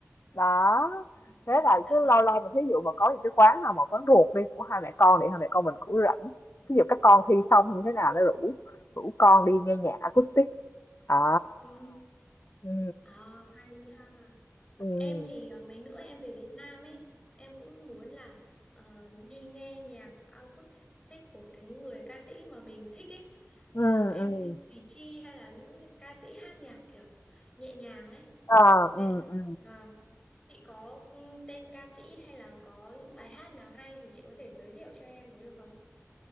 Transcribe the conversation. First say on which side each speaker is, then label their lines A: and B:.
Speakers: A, on the left; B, on the left.
A: Đó.
B: ừ,
A: Thế là
B: dạ
A: cứ
B: vâng.
A: lâu lâu mà thí dụ mà có những cái quán nào mà quán ruột đi của hai mẹ con thì hai mẹ con mình cũng rảnh. Ví dụ các con thi xong như thế nào nó rủ rủ con đi nghe nhạc acoustic. À.
B: Ừ.
A: Ừ.
B: À, hay ha.
A: Ừm.
B: Em thì ờ, mấy nữa em về Việt Nam ấy, em cũng muốn là ờ, đi nghe nhạc acoustic của cái người ca sĩ mà mình thích ấy.
A: ừ
B: Ờ, em
A: ừm.
B: thích Thùy Chi hay là những cái ca sĩ hát nhạc kiểu nhẹ nhàng ấy.
A: Ờ,
B: Nên
A: ừ
B: là
A: ừ
B: vâng, chị có ừ, tên ca sĩ hay là có những bài hát nào hay thì chị có thể giới thiệu cho em với được không?